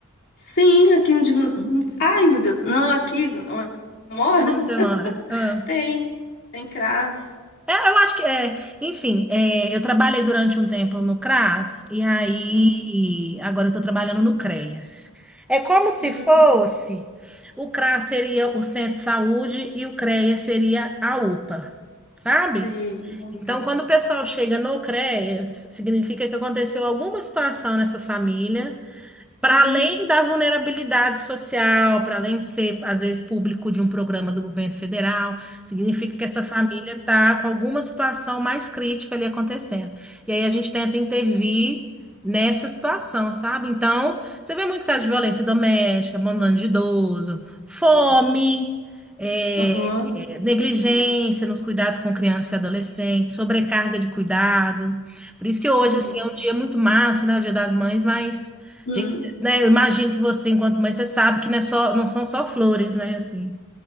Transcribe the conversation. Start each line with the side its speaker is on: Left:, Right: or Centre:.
Left: Sim, aqui no Divino... Ai, meu Deus. Não, aqui onde eu moro
Centre: Onde você
Left: <laughs>
Centre: mora? Ah.
Left: tem. Tem CRAS.
Centre: É, eu acho que é. Enfim, é, eu trabalhei durante um tempo no CRAS e aí
Left: Uhum.
Centre: agora eu estou trabalhando no CREAS. É como se
Left: Hum,
Centre: fosse o CRAS seria o centro de saúde e o CREAS seria a UPA, sabe?
Left: sei. Ah,
Centre: Então,
Left: tá.
Centre: quando o pessoal chega no CREAS, significa que aconteceu alguma situação nessa família para
Left: Uhum.
Centre: além da vulnerabilidade social, para além de ser, às vezes, público de um programa do governo federal, significa que essa família está com alguma situação mais crítica ali acontecendo. E aí a gente tenta intervir nessa situação, sabe? Então, você vê muito caso de violência doméstica, abandono de idoso, fome.
Left: Uhum.
Centre: é,
Left: Uhum.
Centre: é, negligência nos cuidados com criança e adolescente, sobrecarga de cuidado. Por isso que hoje,
Left: Nossa.
Centre: assim, é um dia muito massa, né? O Dia das Mães, mas
Left: Uhum.
Centre: né, eu imagino que você, enquanto mãe, você sabe que não é só, não são só flores, né? Assim,